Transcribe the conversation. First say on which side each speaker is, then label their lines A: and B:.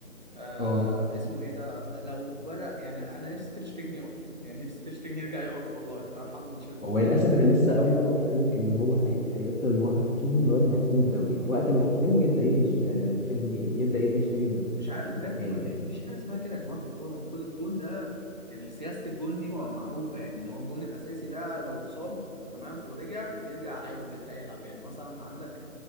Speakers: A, on the right; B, on the left.
A: آه
B: اه
A: اسمه ايه ده لو بدا يعني انا نفسي تيرشتجن يقف يعني نفسي تيرشتجن يرجع يقف والله ارحم من تشيزني
B: هو للاسف انا لسه قاري خبر قال لك ان هو هي... هيفضل موقف تشيزني لغايه ما يحسموا الدوري وقت ما يحسموا يبدا يدي ش... تشيزني يبدا يدي شتيجن
A: مش عارف بجد
B: مكان
A: ما
B: يعني
A: في ما فيش حاجه اسمها كده يا جماعه في الكوره المفروض الجون ده ال- سياسه الجون دي ما- معروفه يعني ان هو الجون الاساسي ده لو اتصاب تمام ورجع بيرجع عادي بيرجع يلعب يعني مثلا عندك